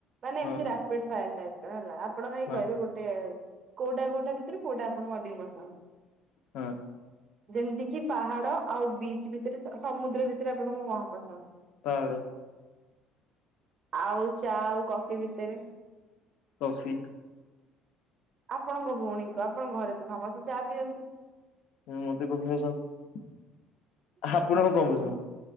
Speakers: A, on the right; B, on the left.
A: ମାନେ
B: ହଁ
A: ଏମତି ରାପିଡ୍ ଫାୟାର ଟାଇପ ଟା ହେଲା ଆପଣ ଖାଲି
B: ହଁ
A: କହିବେ ଗୋଟେ କଉଟା କୋଉଟା ଭିତରୁ କୋଉଟା ଆପଣଙ୍କୁ ଅଧିକ ପସନ୍ଦ।
B: ହଁ
A: ଯେମିତି କିି ପାହାଡ ଆଉ ବିଚ୍ ଭିତରେ ସ ସମୁଦ୍ର ଭିତରେ ଆ ଆପଣଙ୍କର କଣ ପସନ୍ଦ?
B: ପାହାଡ଼।
A: ଆଉ ଚା ଆଉ କଫି ଭିତରେ?
B: କଫି।
A: ଆପଣଙ୍କ ଭଉଣୀଙ୍କୁ ଆପଣଙ୍କ ଘରେ ତ ସମସ୍ତେ ଚା ପିଅନ୍ତି।
B: ହଁ ମତେ କଫି ପସନ୍ଦ ଆପଣଙ୍କୁ କଣ ପସନ୍ଦ?